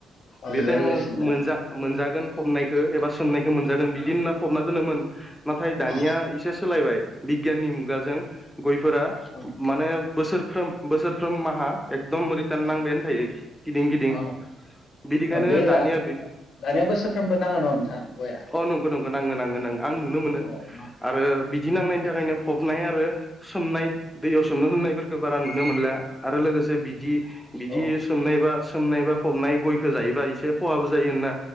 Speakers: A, on the left (about 60°); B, in the centre.
A: औ
B: बे
A: बिबार
B: टाइमाव
A: होगासिनो दा
B: मोनजा मोनजागोन फबनायखो एबा सोमनायखो मोनजागोन बिदि होनना फबना दोनोमोन नाथाय दानिया
A: औ
B: इसे सोलायबाय बिगियाननि मुगाजों गयफोरा
A: औ
B: माने बोसोरफ्रोम बोसोरफ्रोम माहा एकदम रिटार्न
A: औ
B: नांबायानो थायो गिदिं गिदिं
A: औ
B: बिदिखायनो
A: ओ बे जा
B: दानिया बे
A: दानिया बोसोरफ्रोमबो नाङो न' नोंथां गया
B: अ नंगो नंगो नाङो नाङो नाङो आं नुनो
A: <unintelligible>
B: मोनो आरो बिदि नांनायनि थाखायनो फबनाय आरो सोमनाय दैयाव सोमना दोननायफोरखो बारा नुनो मोनला आरो लोगो से बिदि-बिदि
A: औ
B: सोमनाय बा सोमनाय बा फबनाय गय खौ जायोबा इसे खहाबो जायो होनना